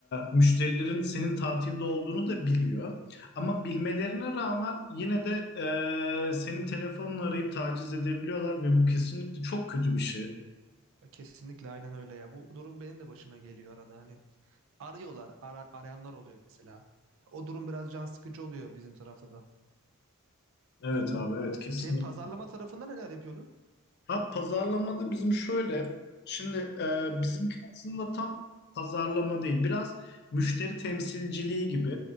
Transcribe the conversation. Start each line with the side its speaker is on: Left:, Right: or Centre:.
Left: müşterilerin senin tatilde olduğunu da biliyor. Ama bilmelerine rağmen yine de e, senin telefonunu arayıp taciz edebiliyorlar ve bu kesinlikle çok kötü bir şey.
Right: Kesinlikle aynen öyle ya. Bu durum benim de başıma geliyor arada. Hani arıyorlar, ara- arayanlar oluyor mesela. O durum biraz can sıkıcı oluyor bizim tarafta da.
Left: Evet abi evet kesinlikle.
Right: Senin pazarlama tarafında neler yapıyordun?
Left: Ha, pazarlamada bizim şöyle, şimdi e, bizimki aslında tam pazarlama değil, biraz müşteri temsilciliği gibi.